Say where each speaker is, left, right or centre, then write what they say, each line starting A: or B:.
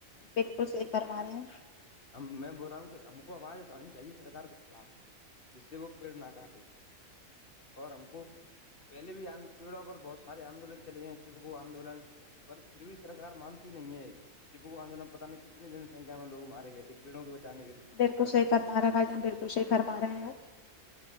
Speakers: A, on the left; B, on the left.
A: بالکل صح کرما رہے ہیں
B: ہم میں بول رہا ہوں کہ ہم کو آواز اٹھانی چاہیے سرکار کے خلاف ج سے وہ پیڑ نہ کاٹے اور ہم کو پہلے بھی پیڑوں پر بہت سارے آندولن چلےئے ہیں جب وہ آندولن پر پھر بھی سرکار مانتی نہیں ہے پو کو آنددولن پت نہیں کت جنکھیا میں لگ مارے گئے تھے پیڑوں کو بچانے کے کارن
A: بالکل صحی فرا رہے بھائی جان بالکلحی فرا رہے آپ